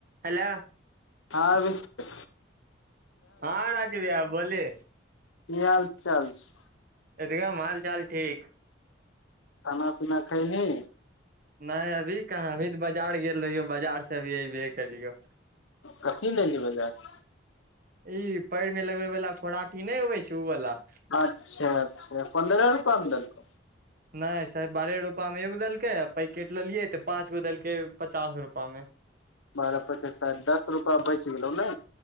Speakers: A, on the right; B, on the left.
A: हेलो
B: हाँ अभिषेक।
A: हाँ राजु भैया बोलिए।
B: की हाल चाल छै।
A: एगदम हाल चाल ठीक।
B: खाना पीना खैली।
A: नै अभी कहाँ अभी तऽ बाजार गेल रहियो, बाजार से अभी अऐबे केलियौ।
B: कथी ले गेलही बाजार?
A: ई पैर में लगबे वला खोराटी नहि होवे छै, उ वला।
B: अच्छा अच्छा पन्दह रुपयमे देलकौ।
A: नहि स बारह रूपया में एगो देलकै आ पैकेट लेलियै तऽ पाँच गो देलकै पचास रूपया मे।
B: बारह पचास सेठ दस रुपया बचि गेलौ नै।